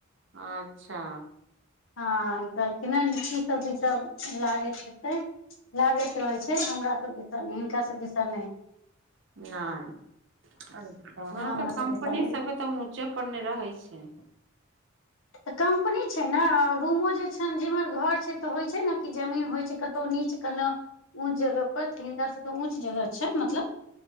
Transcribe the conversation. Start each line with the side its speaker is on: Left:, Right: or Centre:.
Right: अच्छा
Left: हँ ई कहलखिन ली सब भी सब लागैत हेतै लागैत रहै छै हमरा सब दस नहि हिनका सब दस नहि
Right: नहि अच्छा हँ
Left: हमरा
Right: तऽ कम्पनी
Left: सब दिशा नहि
Right: सबके तऽ उचो पर नहि रहै छै
Left: तऽ कम्पनी छै ने रूमो जे छै न जेमहर घर छै तऽ होइ छै ने कि जमीन होइ छै कतहु नीच कोनो ऊँच जगह पर त हिनका सबके ऊँच जगह छै मतलब